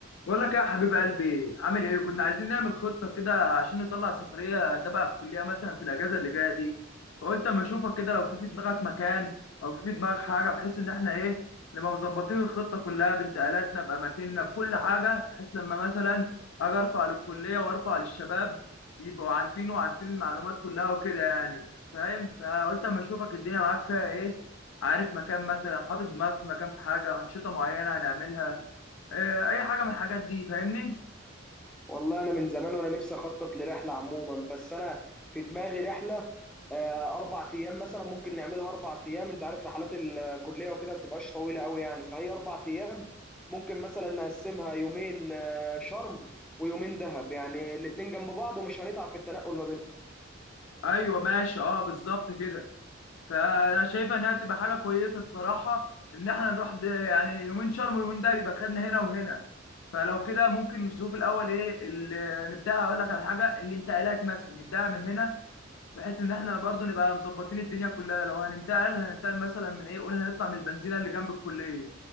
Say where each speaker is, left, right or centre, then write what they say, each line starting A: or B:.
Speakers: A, on the left; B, in the centre.
A: بقول لك إيه يا حبيب قلبي عامل ايه كنا عايزين نعمل خطه كده عشان نطلع سفريه تبع الكليه مثلا في الاجازه اللي جايه دي فقلت اما اشوفك كده لو في في دماغك مكان او في في دماغك حاجه بحيث ان احنا ايه نبقى مظبطين الخطه كلها بانتقالاتنا باماكننا بكل حاجه بحيث لما مثلا اجي ارفع للكليه وارفع للشباب يبقوا عارفين وعارفين المعلومات كلها وكده يعني فاهم فقلت اما اشوفك الدنيا معاك فيها ايه عارف مكان مثلا حاطط دماغك في مكان في حاجه انشطه معينه هنعملها آه، اي حاجه من الحاجات دي فاهمني
B: والله انا من زمان وانا نفسي اخطط لرحله عموما بس انا في دماغي رحله آه، اربع ايام مثلا ممكن نعملها اربع ايام انت عارف رحلات الكليه وكده بتبقاش طويله قوي يعني فهي اربع ايام ممكن مثلا نقسمها يومين آه، شرم ويومين دهب يعني الاتنين جنب بعض ومش هنتعب في التنقل ما بينهم
A: ايوه ماشي اه بالظبط كده فانا شايفه انها تبقى حاجه كويسه الصراحه ان احنا نروح ده يعني يومين شرم ويومين ده يبقى خدنا هنا وهنا فلو كده ممكن نشوف الاول ايه اللي نبدا اقول لك على حاجه الانتقالات مثلا نبداها من هنا بحيث ان احنا برضو نبقى مظبطين الدنيا كلها لو هننتقل هننتقل مثلا من ايه قول هنطلع من البنزينه اللي جنب الكليه